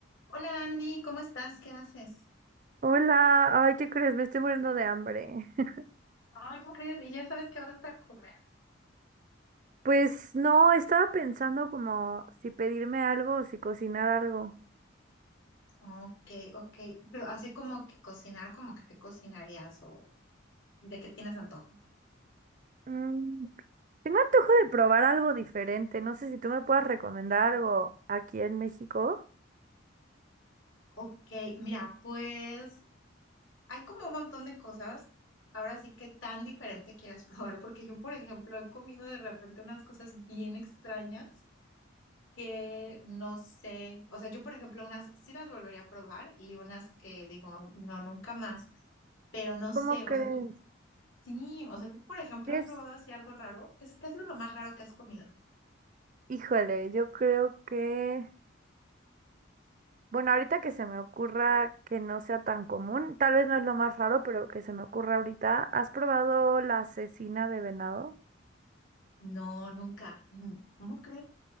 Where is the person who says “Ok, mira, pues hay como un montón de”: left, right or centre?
Left